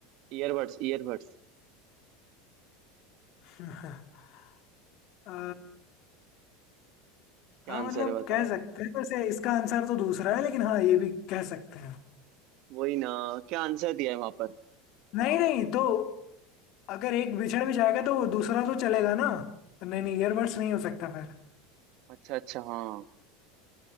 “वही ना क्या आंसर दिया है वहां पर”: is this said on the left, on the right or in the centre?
Right